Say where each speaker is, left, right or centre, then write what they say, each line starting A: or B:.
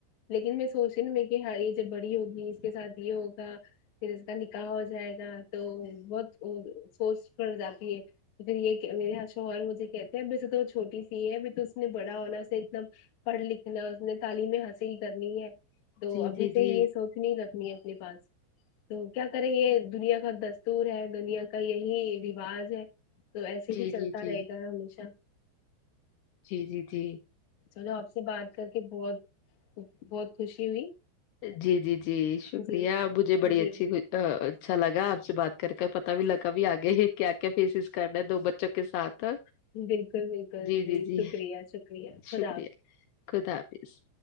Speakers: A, on the left; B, on the left.
A: لیکن میں سوچی نا میں کہ ہاں یہ جب بڑی ہوگی اس کے ساتھ یہ ہوگا پھر اس کا نکاح ہو جائے گا تو بہت سوچ پڑ جاتی ہے پھر یہ میرے ہاں شوہر مجھے کہتے ہیں ویسے تو چھوٹی سی ہے ا تو اس نے بڑا ہونا اس سے اتنا پڑھ لکھنا اس نے تعلیم حاصل کرنی ہے تو
B: جی
A: ابھی
B: جی جی
A: سے یہ سوچ کنی رکھنی ہے اپنے پاس تو کیا کرے یہ دنیا کا دستور ہے دنیا کا یہی رواج ہے تو ایسے
B: جی
A: ہی چلتا
B: جی جی
A: رہے گا ہمیشہ
B: جی جی جی
A: چلو آپ سے بات کر کے بہت بہت خوشی ہوئی
B: جی جی جی شکریہ
A: جی
B: مجھے بڑی
A: جی
B: اچھی اچھا لگا آپ سے بات کر کے پتا بھی لگا بھی آگے کیا کیا فیسز کرنا ہے دو بچوں کے ساتھ تو
A: بالکل بالکل
B: جی جی جی
A: شکریہ شکریہ خدا
B: شکریہ خدا حافظ